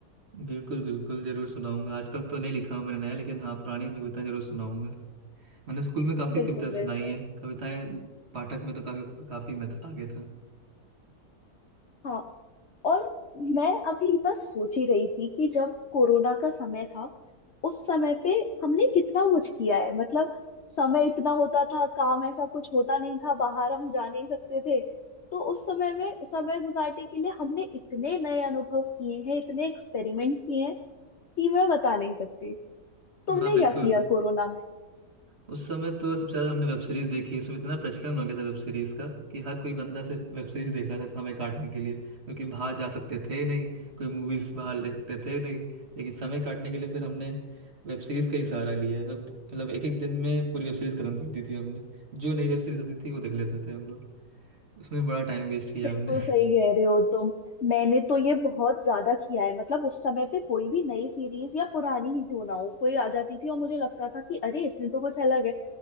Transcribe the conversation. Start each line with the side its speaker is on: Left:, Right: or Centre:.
Right: बिल्कुल बिल्कुल ज़रूर सुनाऊंगा आजकल तो नहीं लिखा हूं मैंने नया लेकिन हाँ पुरानी में कविताएं जरूर सुनाऊंगा मैंने स्कूल में काफ़ी
Left: बिल्कुल
Right: कविताएं
Left: बिल्कुल
Right: सुनाई हैं कविताएं पाठक में तो काफ़ी काफ़ी मैं तो आगे था
Left: हाँ और मैं अभी बस सोच ही रही थी कि जब कोरोना का समय था उस समय पे हमने कितना कुछ किया है मतलब समय इतना होता था काम ऐसा कुछ होता नहीं था बाहर हम जा नहीं सकते थे तो उस समय में समय गुजारने के लिए हमने इतने नए अनुभव किए हैं इतने एक्सपेरिमेंट किए हैं कि मैं बता नहीं सकती तुमने
Right: हाँ बिल्कुल
Left: क्या किया कोरोना
Right: उस समय तो सबसे ज्यादा हमने वेब सीरीज देखी उसमें इतना प्रचलन हो गया था वेब सीरीज का कि हर कोई बंदा सिर्फ वेब सीरीज देख रहा था समय काटने के लिए क्योंकि बाहर जा सकते थे नहीं कोई मूवीज बाहर ले सकते थे नहीं लेकिन समय काटने के लिए फिर हमने वेब सीरीज का ही सहारा लिया है मतलब मतलब एक एक दिन में पूरी वेब सीरीज खत्म कर दी थी हमने जो नई वेब सीरीज आती थी वो देख लेते थे हम लोग उसमें बड़ा टाइम वेस्ट किया
Left: बिल्कुल
Right: हमने
Left: सही कह रहे हो तुम मैंने तो ये बहुत ज्यादा किया है मतलब उस समय पे कोई भी नई सीरीज या पुरानी ही क्यों ना हो कोई आ जाती थी और मुझे लगता था कि अरे इसमें तो कुछ अलग है